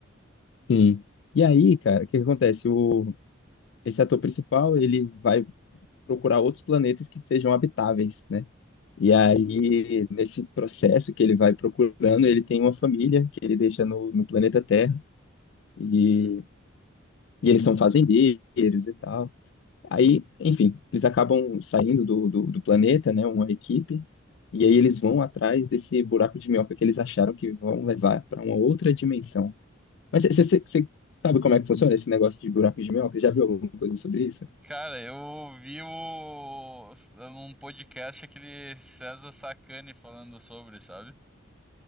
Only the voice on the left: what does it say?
sim. E aí, cara, o que que acontece? O, esse ator principal, ele vai procurar outros planetas que sejam habitáveis, né? E
aí, nesse processo que ele vai procurando, ele tem uma família que ele deixa no, no planeta Terra, e,
e eles são fazendeiros e tal. Aí, enfim, eles acabam saindo do, do, do planeta, né? Uma equipe, e aí eles vão atrás desse buraco de minhoca que eles acharam que vão levar para uma outra dimensão. Mas você sabe como é que funciona esse negócio de buraco de minhoca? Já viu alguma coisa sobre isso?